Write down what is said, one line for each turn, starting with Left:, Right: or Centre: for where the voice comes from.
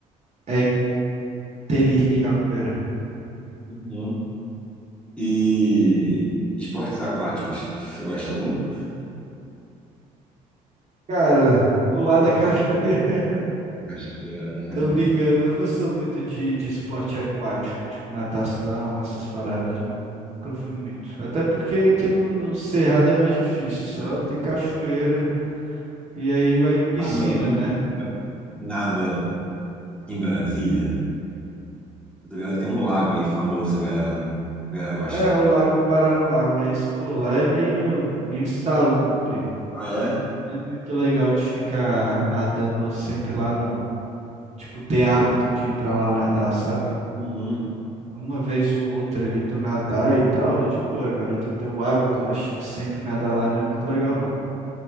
Right: é, inteligente a capoeira.
Centre: Uhum. E esportes aquáticos, você gosta de algum?
Right: Cara, pular da cachoeira. <laughs>
Centre: Cachoeira, né?
Right: Tô brincando, eu não sou muito de, de esporte aquático, tipo natação, essas paradas, não- nunca fui muito. Até porque aqui no, no Cerrado é mais difícil,
Centre: <laughs>
Right: só
Centre: Mas
Right: tem cachoeira e aí vai piscina,
Centre: água ali,
Right: né?
Centre: né? nada em Brasília. Tá ligado? que Tem um lago aí famoso, que a galera, a galera gosta.
Right: É,
Centre: de-
Right: o Lago Paranoá, mas pô, lá é meio, meio insalubre.
Centre: Ah, é?
Right: Não é muito legal de ficar nadando sempre lá, não. Tipo, ter hábito de ir pra lá nadar, sabe?
Centre: Uhum.
Right: Uma vez ou outra ali tu nadar e tal, é de boa. Agora tu ter o hábito, eu acho, de sempre nadar lá não é muito legal, não.